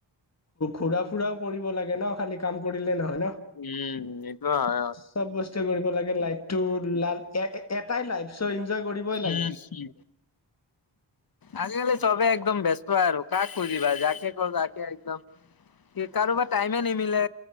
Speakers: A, on the left; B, on the left.
A: ঘুৰা-ফুৰাও কৰিব লাগে ন, খালি কাম কৰিলে নহয়। ন
B: উম এইটো হয়
A: চব বস্তুৱে কৰিব লাগে লাইট টো ল এ এটাই লাইট চ এনজয় কৰিবই লাগে
B: উম উম আজি কালি চবে একদম ব্যস্ত আৰু কাক খুজিবা যাকে কল তাকে একদম কি কাৰোবাৰ টাইমে নিমিলে।